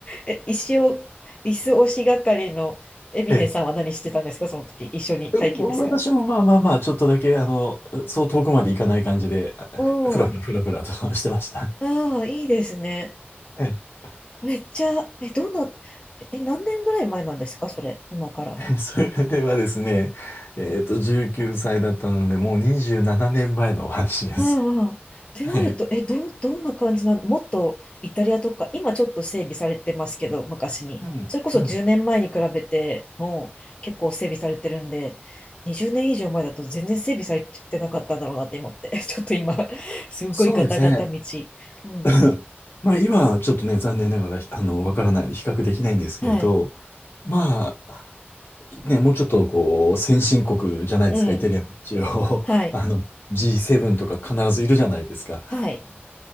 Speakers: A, on the left; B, on the left.
A: え、石を、椅子押し係のエビネさんは何してたんですかその時、
B: ええ
A: 一緒に待機ですか
B: うん私もまあまあまあ、ちょっとだけ、あの、そう遠くまで行かない感じで、あふらふらふらふらと
A: おお。
B: <laughs> してました。
A: ああ、いいですね。
B: え
A: めっちゃ、え、どんな、え、何年ぐらい前なんですかそれ、今から。
B: え、<laughs> それではですね、えっと、19歳だったので、もう27年前のお話です。
A: ああ、ってなると、
B: はい。
A: え、どう、どんな感じなのもっとイタリアとか、今ちょっと整備されてますけど、昔に。
B: うん、
A: それこそ10年前に比べてもう結構整備されてるんで、
B: うん。
A: 20年以上前だと全然整備されてなかったんだろうなって思って、<laughs> ちょっと今、すごいガタガタ道。
B: そうですね。
A: うん。
B: <clears throat> まあ今はちょっとね、残念ながら、あの、わからないんで比較できないんですけれど、
A: はい。
B: まあ、ね、もうちょっとこう、先進国じゃないですか、
A: うん。
B: イタリアも一応、
A: はい。
B: <laughs> あの、G7 とか必ずいるじゃないですか。
A: はい。